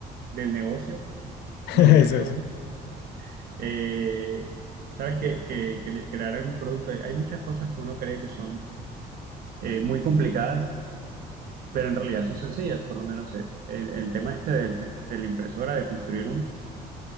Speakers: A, on the right; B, on the left.
A: del negocio,
B: <laughs>
A: de
B: Eso,
A: la idea de negocio,
B: eso.
A: eh, sabes que, que, que crear algún producto, hay hay muchas cosas que uno cree que son eh, muy complicadas, pero en realidad son sencillas, por lo menos eh, el, el tema este de, de- de la impresora, de construir una.